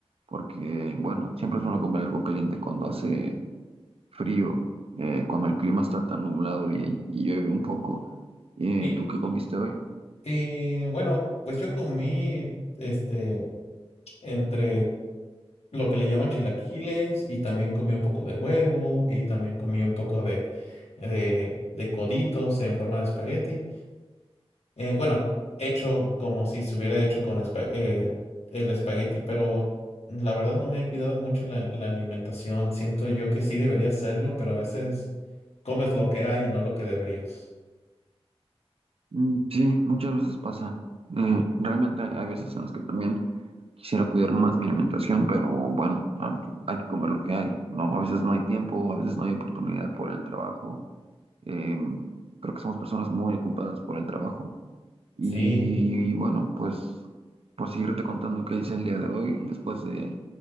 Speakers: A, on the right (about 65°); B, on the left (about 80°).
A: porque, bueno, siempre es bueno comer algo caliente cuando hace frío, eh, cuando el clima está tan nublado y, y llueve un poco. Eh,
B: y,
A: ¿tú qué comiste hoy?
B: y, bueno, pues yo comí este entre lo que le llaman chilaquiles y también comí un poco de huevo y también comí un poco de, de, de coditos en forma de espagueti. Eh, bueno, hecho como si se hubiera hecho con espa- eh, el espagueti, pero la verdad no me he cuidado mucho la, la alimentación. Siento yo que sí debería hacerlo, pero a veces comes lo que hay y no lo que deberías.
A: Mm, sí, muchas veces pasa. Eh, realmente hay hay veces en las que también Quisiera cuidar más mi alimentación, pero bueno, man, hay que comer lo que hay, ¿no? A veces no hay tiempo, a veces no hay oportunidad por el trabajo. Eh, creo que somos personas muy ocupadas por el trabajo. Y,
B: Sí,
A: y bueno, pues por seguirte contando qué hice el día de hoy, después de,